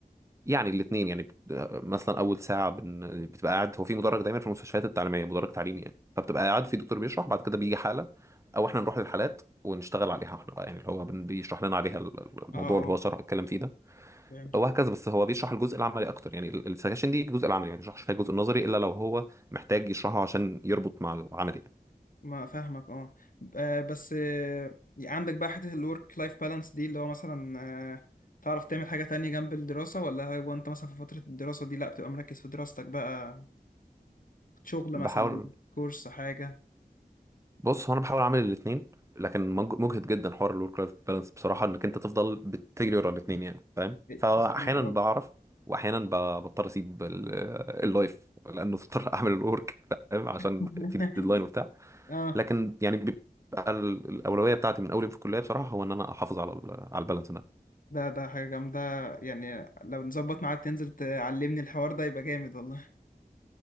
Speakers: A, on the right (about 20°); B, on the left (about 60°).
A: يعني الاثنين يعني بت- مثلا اول ساعه بن- بتبقى قاعد هو في مدرج دايما في المستشفيات التعليميه مدرج تعليمي يعني فبتبقى قاعد في دكتور بيشرح بعد كده بيجي حاله او احنا نروح للحالات ونشتغل عليها احنا بقى يعني اللي هو بن- بيشرح لنا عليها ال- ال- الموضوع
B: اه
A: اللي هو شرح اتكلم فيه ده
B: اه
A: وهكذا بس هو بيشرح الجزء العملي اكتر يعني ال- السكاشن دي الجزء العملي يعني ما بيشرحش فيها الجزء النظري الا لو هو محتاج يشرحه عشان يربط مع العملي يعني.
B: ما فاهمك اه آه، بس آه، عندك بقى حتة الورك لايف بالانس دي اللي هو مثلا آه، تعرف تعمل حاجة تانية جنب الدراسة ولا هو انت مثلا في فترة الدراسة دي لا بتبقى مركز في دراستك بقى شغل
A: بحاول
B: مثلا كورس حاجة
A: بص هو انا بحاول اعمل الاثنين لكن مج- مجهد جدا حوار الورك لايف بالانس بصراحه انك انت تفضل بتجري ورا الاثنين يعني فاهم
B: إيه،
A: فاحيانا
B: الصراحة اه
A: بعرف واحيانا ب- بضطر اسيب ال- اللايف لانه اضطر <laughs> اعمل الورك فاهم عشان
B: <laughs>
A: في ديدلاين وبتاع
B: اه
A: لكن يعني بيبقى ال- الاولويه بتاعتي من اولي في الكليه بصراحه هو ان انا احافظ على ال- على البالانس ده.
B: ده ده حاجة جامدة يعني لو نظبط معاك تنزل تعلمني الحوار ده يبقى جامد والله